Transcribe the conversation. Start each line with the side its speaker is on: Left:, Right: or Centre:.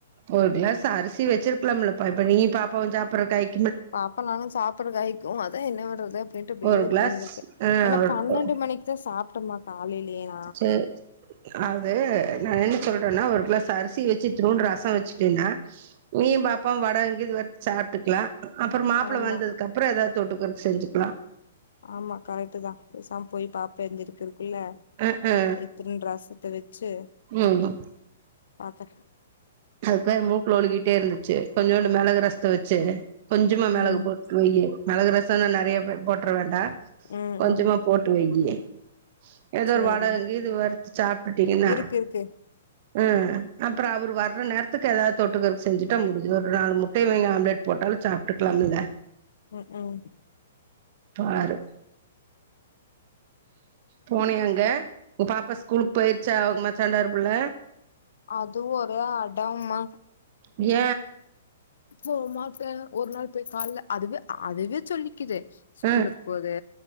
Right: ஒரு க்ளாஸ் அரிசி வச்சிருக்கலாம் இல்லப்பா இப்ப நீ பாப்பவு சாப்புறு காய்
Left: பாப்பா நானு சாப்பிட கய்க்கு அதே என்ன பண்றது அப்டின்ட்டு பே
Right: ஒரு
Left: உக்காந்துருக்கே
Right: கிளாஸ் ஆ
Left: என்னா
Right: ஒரு
Left: பண்ணெண்டு மணிக் த சாப்ட்டோமா காலைலே நா
Right: ச்சே அது நா என்ன சொல்றேன்னா ஒரு க்ளாஸ் அரிசி வச்சி இத்துளுண்டு ரச வெச்சிட்டில்ல நீயும் பாப்பவும் வடங்கிது வறுத் சாப்ட்டுக்லா அப்ற மாப்ள
Left: ஆமா
Right: வந்ததுக்கு அப்புறம் ஏதாவ் தொட்டுக்குற் செஞ்சிக்லா
Left: ஆமா கரெக்ட்டு தா பேசாம் போய் பாப்பா எந்திரிக்கறுக்குள்ள
Right: அ அ
Left: எத்துலுண் ரசத்த வெச்சு
Right: ம்
Left: பாத்த
Right: அதுக்வ மூக்குல ஒழுகிட்டே இருந்துச்சி கொஞ்சூண்டு மெளகு ரசத்த வெச்சி கொஞ்சமா மெளகு
Left: ம்
Right: போட்டு மொய்யே மெளகு ரசன்னா நெறையபே போட்ற வேண்டா
Left: ம்
Right: கொஞ்சமா
Left: ம்
Right: போட்டு வைய்யி ஏதோ
Left: சேரிம்மா
Right: ஒரு வாடகங்கு இது வறுத்து சாப்பிட்டீங்கன்னா
Left: இருக்கு இருக்கு
Right: அ அப்ற அவர் வர் இர்ர நேரத்துக்கு ஏதாவ் தொட்டுக்கற் செஞ்சிட்டா முடிஞ்சி ஒர் நாலு முட்டை வாங்க ஆம்லெட் போட்டாலு சாப்ட்டுக்கலாம் இல்ல
Left: ம் ம்
Right: பாரு போனிய அங்க உ பாப்பா ஸ்கூலுக் போயிர்ச்சா அவுங் மச்சான்டாரு புள்ள
Left: அது ஒரே அடம்மா
Right: ஏ
Left: போ மாட்டே ஒரு நாள் போய் கால்ல அதுவே அ அதுவே சொல்லிக்கிதே ஸ்கூலுக்
Right: அ
Left: போது